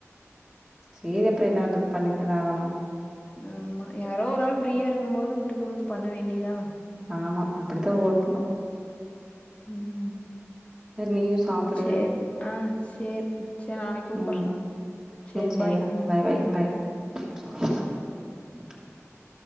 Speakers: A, on the right; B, on the left.
A: சேரி அப்புறோ என்ன பண்றது பண்ணித்தான ஆகணு
B: ஆமா யாரோ ஒரு ஆள் ஃப்ரீயா இருக்கும் போது விட்டு குடுத்து பண்ண வேண்டிதா
A: ஆமா அப்புடித்தா ஓட்ணு
B: ம்
A: நீயும் சாப்பிடு.
B: சேரி சேரி சேரி நாளைக்கு கூப்புற
A: ம்.
B: சேரி
A: சரிடா.
B: பாய் ம்
A: பாய்,
B: ம்
A: பாய். ம்